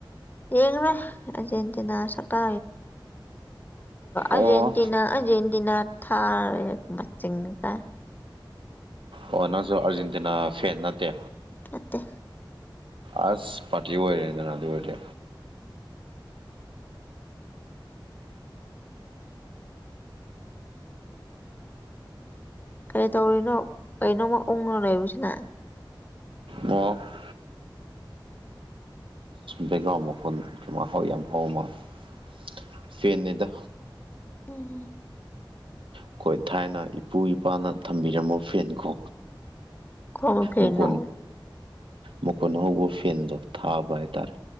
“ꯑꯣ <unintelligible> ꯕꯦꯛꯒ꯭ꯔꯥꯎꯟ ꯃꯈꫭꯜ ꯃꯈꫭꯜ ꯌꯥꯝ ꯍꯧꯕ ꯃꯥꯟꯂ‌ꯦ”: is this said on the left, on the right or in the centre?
Right